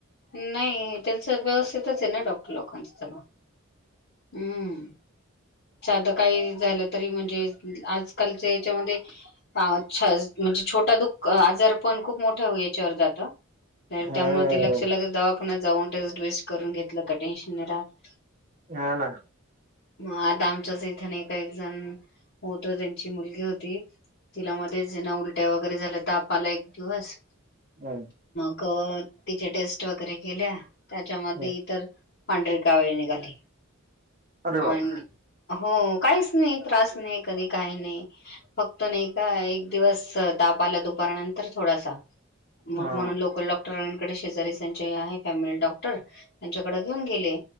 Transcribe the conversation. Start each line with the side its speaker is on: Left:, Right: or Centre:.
Left: नाही त्यांच व्यवस्थितच आहे ना डॉक्टर लोकांच तर हम्म साध काही झालं तरी म्हणजे आजकालच्या याच्यामध्ये अ छोटा दुःख आजार पण खूप मोठा याच्यावर जातं
Right: हम्म
Left: त्यामुळे ते लक्ष लागत दवाख नाही जाऊन टेस्ट करून घेतलं का टेन्शन नाही राहत
Right: हा ना
Left: म आता आमच्याच इथनका एक जण होत त्यांची मुलगी होती तिला मध्येच ज ना उलट्या वगैरे झाल्या तर ताप आला एक दिवस
Right: होम
Left: तिचे टेस्ट वगैरे केल्या त्याच्यामध्ये
Right: हम्म
Left: इतर पांढरीकावीळ निघाली
Right: अरे बापरे
Left: आणि हो काहीच नाही त्रास नाही कधी काही नाही फक्त नाही का एक दिवस तापाला दुपारानंतर थोडासा मग
Right: हा
Left: म्हणून लोकल डॉक्टर इथे शेजारीचे आहे फॅमिली डॉक्टर त्यांच्याकडे घेऊन गेले